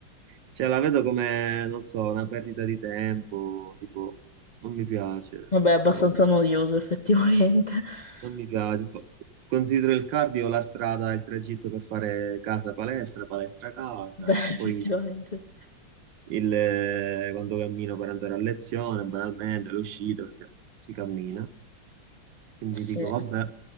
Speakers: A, on the right; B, on the left.
A: Cioè, la vedo come, non so, una perdita di tempo, tipo, non mi piace,
B: Vabbè, è abbastanza
A: non lo
B: noioso effettivamente. <laughs>
A: non mi piace. Fa- Considero il cardio la strada, il tragitto per fare casa-palestra, palestra-casa,
B: Beh, effettivamente.
A: poi il, eh, quando cammino per andare a lezione, banalmente, l'uscita, perché si cammina. Quindi
B: Sì.
A: dico, vabbè.